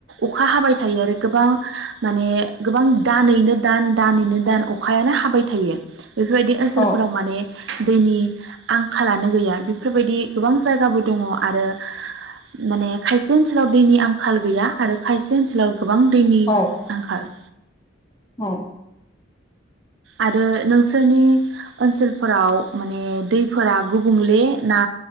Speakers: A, on the right; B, on the left.
A: अखा हाबाय थायो आरो गोबां माने गोबां दानैैनो दान दानैैनो दान अखायानो हाबाय थायो बेफोरबायदि ओनसोलफोराव
B: औ
A: माने दैनि आंखालानो गैया। बेफोरबायदि गोबां जायगाबो दङ आरो माने खायसे ओनसोलाव दैनि आंखाल गैया आरो खायसे ओनसोलाव गोबां दैनि
B: औ
A: आंखाल।
B: औ
A: आरो नोंसो नि ओनसोल फोराव माने दैफोरा गुबुंले ना